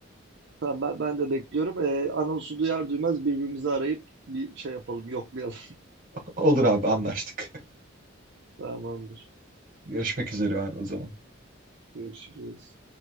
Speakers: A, on the right; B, on the right.
A: Tamam, ben, ben de bekliyorum. Ee, anonsu duyar duymaz birbirimizi arayıp bir şey yapalım, yoklayalım.
B: Olur abi anlaştık.
A: <laughs> Tamamdır.
B: <laughs> Görüşmek üzere abi o zaman.
A: Görüşürüz.